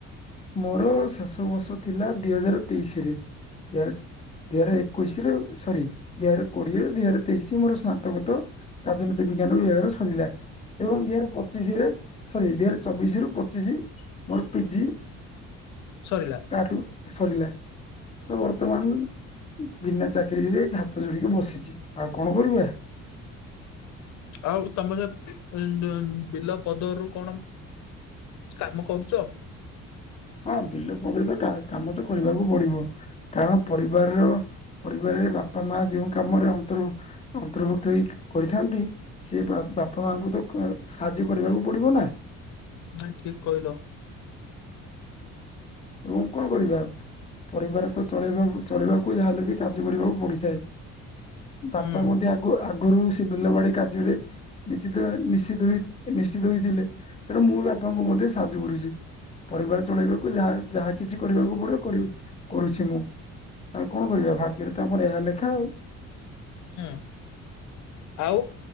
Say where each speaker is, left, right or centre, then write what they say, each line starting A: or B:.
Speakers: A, on the left; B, on the left.
A: ମୋର ଶେଷ ବର୍ଷ ଥିଲା ଦି ହଜାର ତେଇଶିରେ ୟା ଦି ହଆରେ ଏକୋଇଶିରୁ ସରି ଦି ହଆରେ କୋଡିଏରୁ ଦି ହଜାରେ ତେଇଶ ମୋର ସ୍ନାତକତ। ରାଜନୀତି ବିଜ୍ଞାନ ବିଭାଗରେ ସରିଲା। ଏବଂ ଦି ହାର୍ ପଚିଶିରେ ସରି ଦି ହାର୍ ଚବିଶିରୁ ପଚିଶି ମୋର ପିଜି।
B: ସରିଲା।
A: ଆଠୁ ସରିଲା। ତ ବର୍ତ୍ତମାନ ଉଁ ବିନା ଚାକିରିରେ ହାତ ଯୋଡିକି ବସିଚି ଆଉ କଣ କରିବା?
B: ଆଉ ତମେ ଯ ଉଁ ଦଁ ଉଁ ବିଲ ପଦରୁ କଣ? କାମ କରୁଚ?
A: ହଁ ବିଲ ପଦରରେ ତ କା କାମ ତ କରିବାକୁ ପଡିବ କାରଣ ପରିବାରର ପରିବାରରେ ବାପା ମା ଯେଉଁ କାମରେ ଅନ୍ତର୍ଭୁକ୍ତ ଅନ୍ତର୍ଭୁକ୍ତ ହେଇ କରିଥାନ୍ତି। ସେଇ ବା ବାପା ମାଙ୍କୁ ତ କ ସାହାଯ୍ୟ କରିବାକୁ ପଡିବ ନା
B: ନାଇଁ ଠିକ୍ କଇଲ
A: ଏବଂ କଣ କରିବା ଆପ୍ ପରିବାର ତ ଚଳେଇବାବୁ ଚଳିବାକୁ ଯାହା ହେଲେ ବି କାର୍ଯ୍ୟ କରିବାକୁ ପଡିଥାଏ। ବାପା
B: ହୁଁ
A: ମଧ୍ୟ ଆଗୁ ଆଗୁରୁ ସେ ବିଲ ବାଡି କାର୍ଯ୍ୟରେ ନିଚିତ ଭା ନିଷିଧ ହେଇ ନିଷିଧ ହେଇଥିଲେ ତେଣୁ ମୁଁ ବି ବାପାଙ୍କୁ ମଧ୍ୟ ସାହାଯ୍ୟ କରୁଚି। ପରିବାର ଚଳେଇବାକୁ ଯାହା ଯାହା କିଛି କରିବାକୁ ପଡିବ କରିବି କରୁଛି ମୁଁ ଆଉ କଣ କରିବା ଭାଗ୍ୟରେ ତ ଆମର ଏହା ଲେଖା ଆଉ
B: ହୁଁ ଆଉ